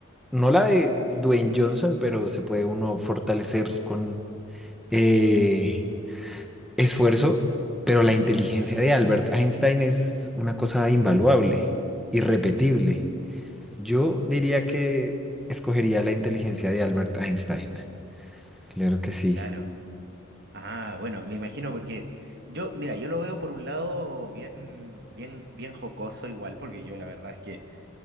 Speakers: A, in the centre; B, on the right (about 55°).
A: no la de Dwayne Johnson, pero se puede uno fortalecer con eh, esfuerzo, pero la inteligencia
B: Claro.
A: de Albert Einstein es una cosa invaluable, irrepetible. Yo diría que escogería la inteligencia de Albert Einstein. Claro que sí.
B: Claro. Ah, bueno, me imagino porque yo, mira, yo lo veo por un lado bien, bien, bien jocoso igual, porque yo la verdad es que